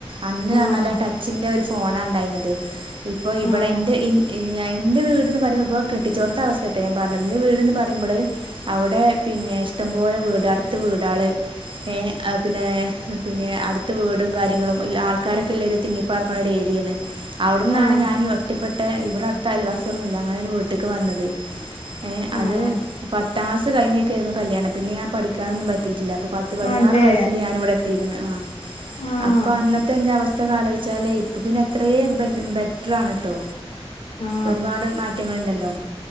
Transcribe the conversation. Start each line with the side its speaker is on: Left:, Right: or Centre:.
Right: അന്ന്
Left: ആഹ്
Right: പറഞ്ഞല് ആ ടച്ചിന്റെ ഒരു ഫോണാണ്ടായിന്നത് ഇപ്പൊ ഇവിടെ
Left: ആഹ്
Right: ഇന്റെ എന്റെ വീട്ന്ന് പറയ്മ്പോ കെട്ടിച്ചോടുത്ത അവസ്ഥയാട്ടാ ഞാൻ പറഞ്ഞത്. എന്റെ വീട്ന്ന് പറയുമ്പള് അവിടെ പിന്നെ ഇഷ്ടംപോലെ വീടടുത്ത് വീടാള് ഏഹ് പിന്നെ പിന്നെ അടുത്ത് വീടും കാര്യങ്ങളും ആൾക്കാരൊക്കെല്ലൊരു തിങ്ങിപ്പാർക്കുന്ന ഒരു ഏരിയാണ്. അവിടെന്നാണ്
Left: ആഹ്
Right: ഞാനി ഒറ്റപ്പെട്ട ഇവിടെ അട്ത്ത് അയൽവാസി ഒന്നൂല്ല. അങ്ങനരു വീട്ട്ക്ക് വന്നത്. ഏഹ്
Left: ആഹ്
Right: അത് പത്താം ക്ലാസ് കഴിഞ്ഞൊക്കൊയിരുന്നു കല്യാണം പിന്നെ ഞാൻ പഠിക്കാനൊന്നും പറ്റിയിട്ടില്ല. അപ്പൊ പത്ത് പതിനാറ്
Left: അതെ
Right: വയസ്സില് ഞാനിവിടെ എത്തീക്ക്ണ്. ആഹ്
Left: ആഹ്
Right: അപ്പൊ അന്നത്തെ ഇന്റെ അവസ്ഥയൊന്ന് ആലോജിച്ച് ച്ചാല് ഇപ്പോ പിന്നെ അത്രേം ബെറ്ററാണ്ട്ട്ടോ
Left: ആഹ്
Right: ഒരുപാട് മാറ്റങ്ങള്ണ്ടല്ലോ